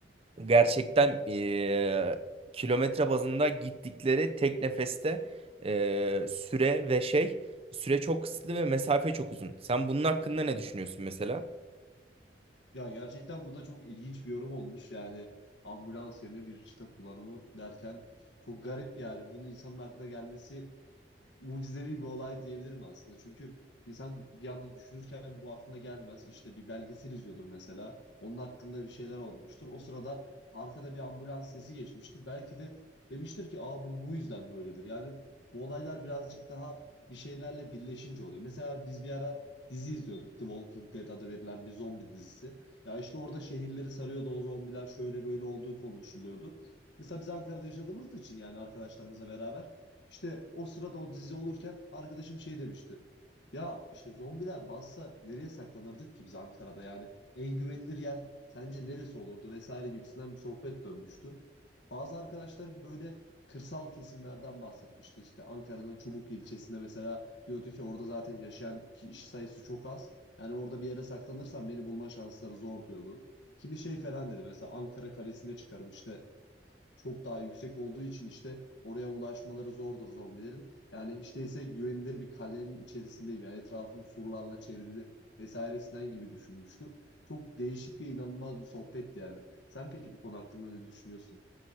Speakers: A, on the right; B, on the left.
A: gerçekten ee, kilometre bazında gittikleri tek nefeste ee, süre ve şey süre çok kısıtlı ve mesafe çok uzun. Sen bunun hakkında ne düşünüyorsun mesela?
B: Ya gerçekten bu da çok ilginç bir yorum olmuş. Yani ambulans yerine bir çıta kullanımı derken çok garip yani. Bunun insanın aklına gelmesi mucizevi bir olay diyebilirim aslında. Çünkü insan bir anda düşünürken bu aklına gelmez. İşte bir belgesel izliyordur mesela. Onun hakkında bir şeyler olmuştur. O sırada arkada bir ambulans sesi geçmiştir. Belki de demiştir ki aa bu bu yüzden böyledir. Yani bu olaylar birazcık daha bir şeylerle birleşince oluyor. Mesela biz bir ara dizi izliyorduk. The Walking Dead adı verilen bir zombi dizisi. Ya işte orada şehirleri sarıyordu o zombiler şöyle böyle olduğu konuşuluyordu. Mesela biz Ankara'da yaşadığımız için yani arkadaşlarımızla beraber işte o sırada o dizi olurken arkadaşım şey demişti. Ya işte zombiler bassa nereye saklanırdık ki biz Ankara'da yani en güvenilir yer sence neresi olurdu vesaire gibisinden bir sohbet dönmüştü. Bazı arkadaşlarım böyle kırsal kesimlerden bahsetmişti. İşte Ankara'nın Çubuk ilçesinde mesela diyordu ki orada zaten yaşayan kişi sayısı çok az. Yani orada bir yere saklanırsam beni bulma şansları zor diyordu. Kimi şey falan dedi mesela Ankara Kalesi'ne çıkarım işte çok daha yüksek olduğu için işte oraya ulaşmaları zordur zombilerin. Yani işte ise güvenilir bir kalenin içerisindeyim. Yani etrafım surlarla çevrili vesairesinden gibi düşünmüştü. Çok değişik ve inanılmaz bir sohbetti yani. Sen peki bu konu hakkında ne düşünüyorsun?